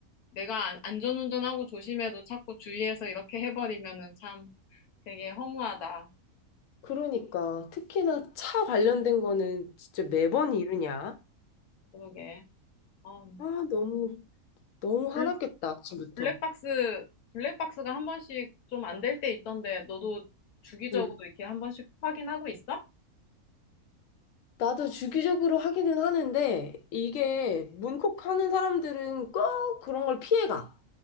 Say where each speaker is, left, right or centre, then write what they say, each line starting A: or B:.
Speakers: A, on the left; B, on the left.
A: 내가 안- 안전운전하고 조심해도 자꾸 주위에서 이렇게 해버리면은 참 되게 허무하다.
B: 그러니까 특히나 차 관련된 거는 진짜
A: 음,
B: 매번 이러냐?
A: 그러게. 어,
B: 아, 너무 너무 화났겠다,
A: 블-
B: 아침부터.
A: 블랙박스, 블랙박스가 한 번씩 좀 안 될 때 있던데 너도 주기적으로
B: 응.
A: 이렇게 한 번씩 확인하고 있어?
B: 나도 주기적으로 하기는 하는데 이게 문콕하는 사람들은 꼭 그런 걸 피해가.